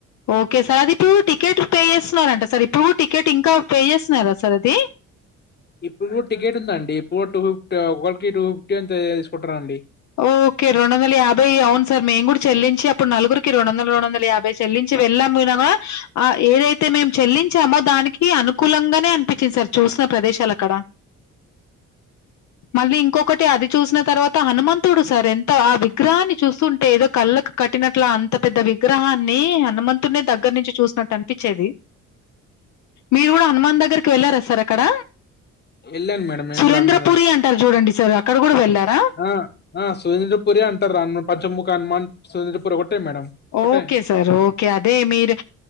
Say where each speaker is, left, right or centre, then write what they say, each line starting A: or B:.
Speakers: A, on the left (about 70°); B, on the left (about 35°).
A: ఓకే సార్ ఇప్పు టికెట్ పే చేస్తున్నారంట సార్ ఇప్పు టికెట్ ఇం ఇంక పే చేస్తున్నార సార్ అది
B: ఇప్పుడు టికెట్ ఉందండి బోటు ఇప్పుడు టూ ఫిఫ్టీ ఒకరికి టూ ఫిఫ్టీ అంత తీసుకుంటారా అండి
A: ఓకే రెండొందల యాభై అవును సార్ మేము కూడా చెల్లి లించి అప్పుడు నలుగురికి రెండు వందల రెండు వంద యాభై చెల్లించి వెళ్ళాము పోయినామ్ కూడా ఆ ఏదైతే మేమ్ చెల్లించామో దానికి అను కులంగనే అనిపించింది సార్ చూసిన ప్రదేశాలు అక్కడ మళ్ళీ ఇంకొకటి అది చూసిన తర్వాత హనుమంత తర్ ఎంతో ఆ విగ్రహాన్ని చూస్తుంటే ఏదో కళ్ళకు కట్టినట్ల అంత పెద్ద విగ్రహాన్ని హనుమంత తునె దగ్గర్ నుంచి చూసినట్టు ఇప్పిచ్చెది మీరు కూడా హనుమాన్ దగ్గర్కి వెళ్లారా సార్ అక్క అక్కడ
B: వెళ్ళాను మేడం మేము
A: సురేంద్రపురి
B: కూడా హనుమాన్
A: అంటరు చూడండి సార్ అక్కడ కూడా వెళ్ళారా
B: ఆ ఆ సుేంద్రపురి అంటారు రాన్ పంచ ముక హనుమాన్ సురేంద్రపురి ఒకటే మేడం ఒకటే
A: ఓకే సార్ ఓకే అదే మీరు